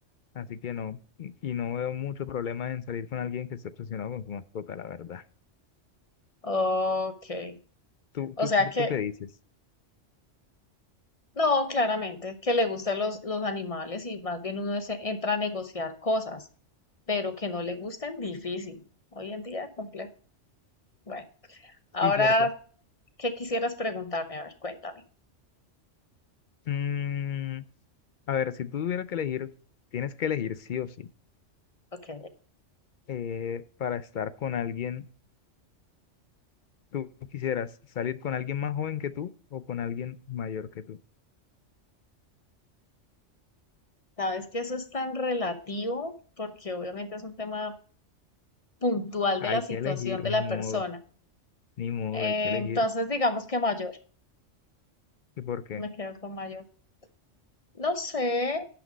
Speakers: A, on the left; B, on the left.
A: Así que no, y y no veo mucho problema en salir con alguien que esté obsesionado con su mascota, la verdad.
B: Ok.
A: ¿Tú,
B: O
A: tú,
B: sea
A: qué,
B: que
A: tú qué dices?
B: No, claramente, que le gustan los, los animales y más bien uno se entra a negociar cosas, pero que no le gusten, difícil. Hoy en día, complejo. Bueno, ahora,
A: Sí, cierto.
B: ¿qué quisieras preguntarme? A ver, cuéntame.
A: Mm, a ver, si tú tuvieras que elegir, tienes que elegir sí o sí,
B: Ok.
A: eh, para estar con alguien, ¿tú quisieras salir con alguien más joven que tú o con alguien mayor que tú?
B: Sabes que eso es tan relativo porque obviamente es un tema puntual de
A: Hay
B: la situación
A: que elegir,
B: de
A: ni
B: la
A: modo,
B: persona.
A: ni modo,
B: Eh,
A: hay que elegir.
B: entonces, digamos que mayor,
A: ¿Y por qué?
B: me quedo con mayor. No sé,